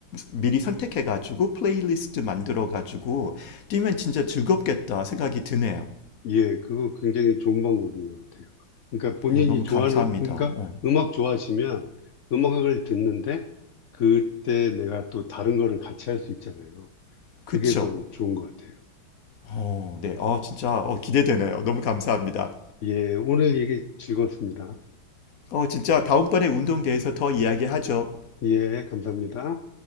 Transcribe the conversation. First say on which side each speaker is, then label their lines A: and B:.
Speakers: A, on the left; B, on the left.
A: 미리 선택해가지고, 플레이리스트 만들어가지고, 뛰면 진짜 즐겁겠다 생각이 드네요.
B: 예, 그거 굉장히 좋은 방법인 것 같아요. 그러니까 본인이
A: 어, 너무
B: 좋아하는,
A: 감사합니다.
B: 그러니까
A: 어,
B: 음악 좋아하시면 음악을 듣는데 그때 내가 또 다른 거를 같이 할 수 있잖아요.
A: 그쵸?
B: 그게 더 좋은 것 같아요.
A: 어, 네. 어, 진짜 어, 기대되네요. 너무 감사합니다.
B: 예, 오늘 얘기 즐거웠습니다.
A: 어, 진짜 다음번에 운동대에서 더 이야기하죠.
B: 예, 감사합니다.